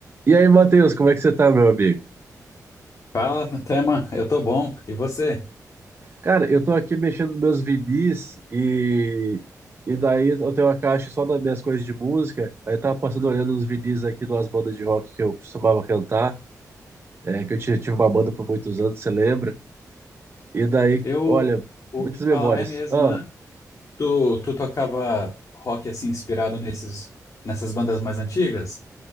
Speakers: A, on the right (about 35°); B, on the left (about 55°).
A: E aí, Matheus, como é que você tá, meu amigo?
B: Fala, Tema, eu tô bom. E você?
A: Cara, eu tô aqui mexendo nos meus vinis e, e daí eu tenho uma caixa só das minhas coisas de música. Aí eu tava passando olhando os vinis aqui de umas bandas de rock que eu costumava cantar, é, que eu tinha, tive uma banda por muitos anos, você lembra? E daí,
B: Eu
A: olha,
B: ouvi
A: muitas memórias.
B: falar, é mesmo,
A: Ah,
B: né? Tu, tu tocava rock assim inspirado nesses, nessas bandas mais antigas?